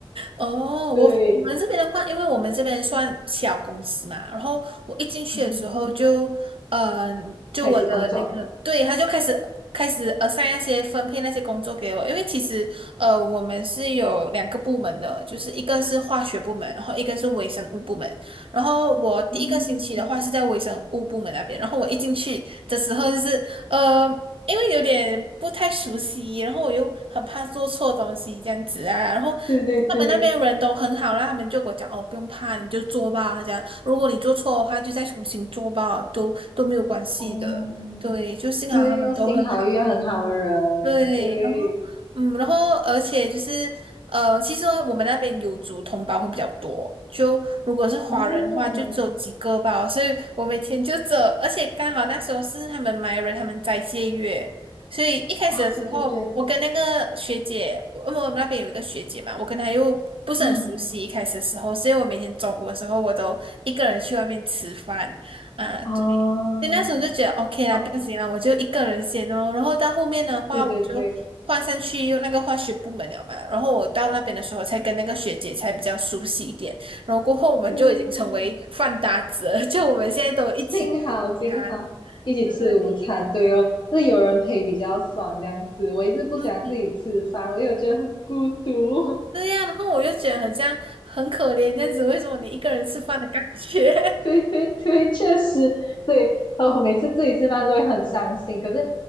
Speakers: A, on the right (about 70°); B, on the left (about 55°).
A: 哦，我我们这边的话，
B: 对，
A: 因为我们这边算小公司嘛，然后我一进去的时候就，
B: 嗯，
A: 嗯、就我的那个，
B: 开始工作，
A: 对，他就开始开始 assign 那些分配那些工作给我，因为其实呃，我们是有两个部门的，就是一个是化学部门，然后一个是微生物部门，然后我第一个星期的话是在微生物部门那边，
B: 嗯，
A: 然后我一进去的时候就是。呃，因为有点不太熟悉，然后我又很怕做错东西这样子啊。然后
B: 对对对，
A: 他们那边人都很好啦，他们就给我讲哦，不用怕，你就做吧。他讲如果你做错的话，就再重新做吧，都都没有关系的。
B: 哦，
A: 对，就幸好他们都很好。
B: 对哦，幸好遇到很好的人，
A: 对，
B: 对，
A: 然后嗯，然后而且就是呃，其实呢我们那边有族同胞会比较多，就如果是华人的话，
B: 哦，
A: 就只有几个吧，所以我每天就走，而且刚好那时候是他们 m r 人他们斋戒月，所以一开始的时候，
B: 啊，对对对，
A: 我跟那个学姐，因为我们那边有一个学姐嘛，我跟她又不是很熟悉，
B: 嗯，
A: 一开始的时候，所以我每天中午的时候，我都一个人去外面吃饭啊，
B: 啊，
A: 对。对，那时候就觉得 OK 啦，
B: 啊，
A: 不行啦，我就一个人先哦。然后到后面的话，
B: 对对对
A: 我就换上去用那个化学部门了嘛。然后我到那边的时候，才跟那个学姐才比较熟悉一点。然后过后，我们就已经成为饭搭子了，
B: 对。
A: <laughs> 就我们现在都一起吃午餐。
B: <laughs> 幸好幸好一起吃午餐，
A: 对，
B: 对哦，就是有人陪比较爽这样子。我一直不喜欢自己吃饭，
A: 对，
B: 我有觉得很孤独。
A: 对呀。然后我就觉得很像很可怜这样子，为什么你一个人吃饭的感觉？<laughs>
B: 对对对，确实，对，我每次自己吃饭都会很伤心。可是